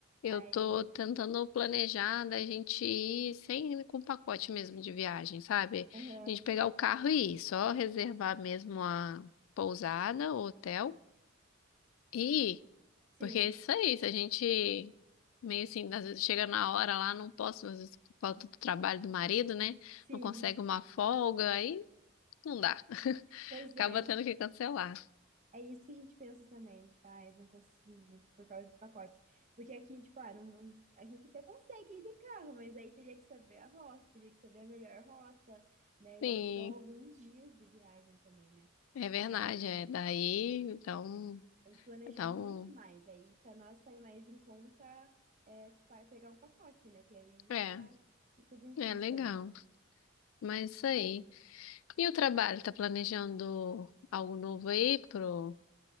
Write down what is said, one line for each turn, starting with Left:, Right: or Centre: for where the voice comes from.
Left: Eu
Right: Aí,
Left: tô tentando planejar da gente ir sem com pacote mesmo de viagem, sabe?
Right: aham,
Left: A gente pegar o carro e ir, só reservar mesmo a pousada, o hotel. E
Right: sim,
Left: Porque é isso aí, se a gente meio assim, às vezes chega na hora lá, não posso, às vezes por falta do trabalho do marido, né?
Right: sim.
Left: Não consegue uma folga, aí não dá.
Right: Pois
Left: Acaba
Right: é.
Left: tendo que cancelar.
Right: É isso que a gente pensa também, tipo, ai, não consegui por causa do pacote. Porque aqui, tipo, ah, não, não- a gente até consegue ir de carro, mas aí teria que saber a rota, teria que saber a melhor rota, né?
Left: Sim,
Right: E aí são alguns dias de viagem também, né?
Left: é verdade,
Right: Então
Left: é. Daí, então,
Right: tem que planejar
Left: então,
Right: muito mais. Aí para nós sair mais em conta é, para pegar um pacote, né? Que aí
Left: é,
Right: já tá tudo incluso
Left: é legal.
Right: também.
Left: Mas isso aí. E o trabalho, tá planejando algo novo aí pro